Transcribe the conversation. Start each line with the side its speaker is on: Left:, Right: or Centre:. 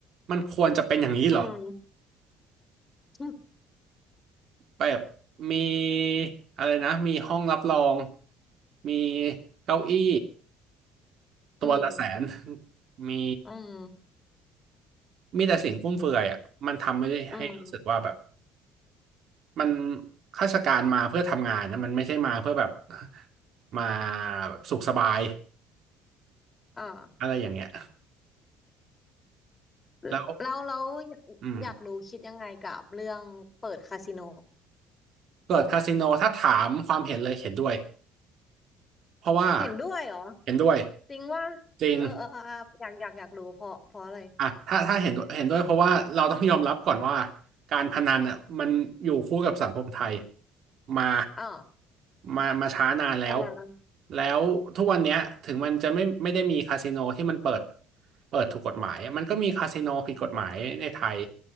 Right: มันควรจะเป็นอย่างนี้เหรอ
Left: อืม <laughs>
Right: แบบมีอะไรนะมีห้องรับรองมีเก้าอี้ตัวละแสน
Left: อืม
Right: <laughs> มี
Left: อืม
Right: มีแต่สิ่งฟุ่มเฟือยอ่ะมันทำไม่ได้ให้รู้สึกว่าแบบ
Left: อืมอม
Right: มันข้าราชการมาเพื่อทำงานนะมันไม่ใช่มาเพื่อแบบ <laughs> มาแบบสุขสบาย
Left: อ่า
Right: อะไรอย่างเงี้ย
Left: แล้วแล้ว
Right: แล้วอืม
Left: อยากรู้คิดยังไงกับเรื่องเปิดคาสิโน
Right: เปิดคาสิโนถ้าถามความเห็นเลยเห็นด้วยเพราะว่า
Left: เห็นด้วยเหรอ
Right: เห็นด้วย
Left: จริงว่า
Right: จริง
Left: เออเออเอออ่ะอยากอยากอยากรู้เพราะเพราะอะไร
Right: อ่ะถ้าถ้าเห็นด้วยเห็นด้วยเพราะว่าเราต้องยอมรับก่อนว่าการพนันอ่ะมันอยู่คู่กับสังคมไทยมา
Left: อ่า
Right: มามาช้านานแล้ว
Left: อ่า
Right: แล้วทุกวันเนี้ยถึงมันจะไม่ไม่ได้มีคาสิโนที่มันเปิดเปิดถูกกฎหมายมันก็มีคาสิโนผิดกฎหมายในไทย